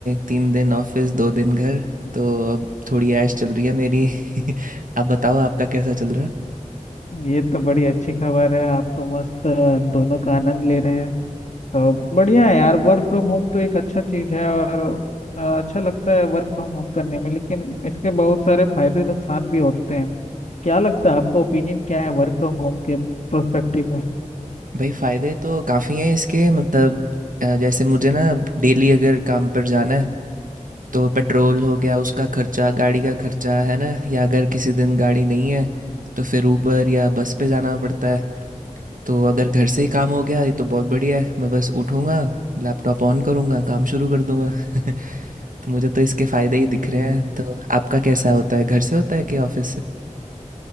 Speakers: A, on the right (about 80°); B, on the left (about 60°).
A: तीन दिन ऑफिस दो दिन घर तो अब थोड़ी ऐश चल रही है मेरी <laughs> आप बताओ आपका कैसा चल रहा है
B: ये तो बड़ी अच्छी खबर है आप तो मस्त अ, दोनों का आनंद ले रहे हैं तो बढ़िया है यार वर्क फ्रॉम होम तो एक अच्छा चीज है और अ, अच्छा लगता है वर्क फ्रॉम होम करने में लेकिन इसके बहुत सारे फायदे नुकसान भी होते हैं क्या लगता है आपका ओपिनियन क्या है वर्क फ्रॉम होम के प्रोस्पेक्टिव में
A: भाई फ़ायदे तो काफ़ी हैं इसके मतलब अ, जैसे मुझे ना डेली अगर काम पर जाना है तो पेट्रोल हो गया उसका खर्चा गाड़ी का खर्चा है ना या अगर किसी दिन गाड़ी नहीं है तो फिर ऊबर या बस पे जाना पड़ता है तो अगर घर से ही काम हो गया ये तो बहुत बढ़िया है मैं बस उठूँगा लैपटॉप ऑन करूँगा काम शुरू कर दूँगा <laughs> तो मुझे तो इसके फ़ायदे
B: हम्म,
A: ही
B: जी
A: दिख
B: जी
A: रहे
B: हाँ
A: हैं तो आपका कैसा होता है घर से होता है कि ऑफिस से